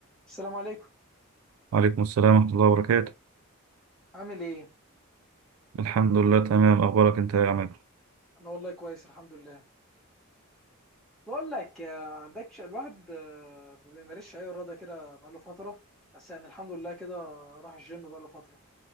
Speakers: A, in the centre; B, on the right.
A: السلام عليكم
B: وعليكم السلام ورحمة الله وبركاته
A: عامل ايه
B: الحمد لله تمام أخبارك أنت يا عماد
A: انا والله كويس الحمد لله بقول لك آه، عندكش الواحد آه، ما بيمارسش اي رياضه كده بقاله فتره بس يعني الحمد لله كده راح الجيم بقاله فتره